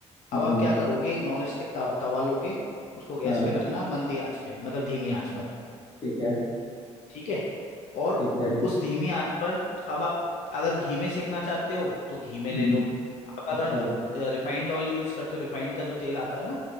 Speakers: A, on the left; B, on the left.
A: अब
B: हम्म
A: आप
B: हम्म,
A: क्या करोगे एक नॉन स्टिक तवा तवा लोगे उसको गैस
B: हाँ
A: पे रखना मंदी आंच पे मतलब धीमी आंच
B: हम्म,
A: पर
B: ठीक है
A: ठीक है और
B: ठीक है
A: उस धीमी आंच पर अब आप अगर घी में सेकना चाहते हो तो घी में
B: हम्म
A: ले लो आप अगर
B: अच्छा
A: रिफाइंड ऑयल यूज करते हो रिफाइंड का जो तेल आता है ना